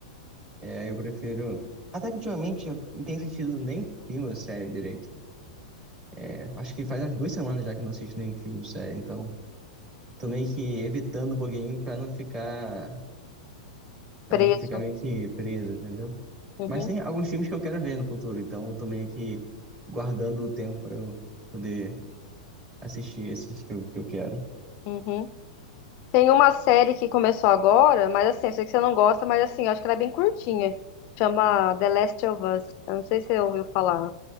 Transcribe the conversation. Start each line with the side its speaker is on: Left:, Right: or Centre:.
Right: É, eu prefiro. Até que ultimamente eu não tenho assistido nem filme ou série direito. É, acho que faz umas duas semanas já que eu não assisto nem filme ou série, então tô meio que evitando um pouquinho pra não ficar, pra
Left: Preso.
Right: não ficar meio que preso, entendeu?
Left: Uhum.
Right: Mas tem alguns filmes que eu quero ver no futuro, então eu tô meio que guardando o tempo pra eu poder assistir esses que eu que eu quero.
Left: Uhum. Tem uma série que começou agora, mas assim, eu sei que você não gosta, mas assim, eu acho que ela é bem curtinha. Chama The Last of Us. Eu não sei se você ouviu falar. O